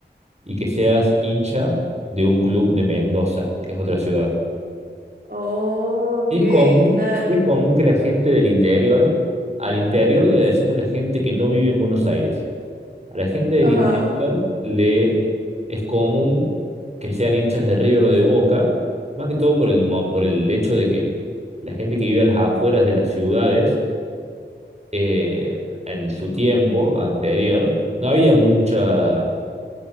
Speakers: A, on the right; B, on the right.
A: y que seas hincha de un club de Mendoza, que es otra ciudad.
B: ok,
A: Sí es común,
B: claro.
A: sí es común que la gente del interior, al interior le decimos la gente que no vive en Buenos Aires. A la gente del
B: Ajá.
A: interior le es común que sean hinchas de River o de Boca, más que todo por el, mo- por el hecho de que la gente que vive a las afueras de las ciudades eh, en su tiempo anterior, no había mucha,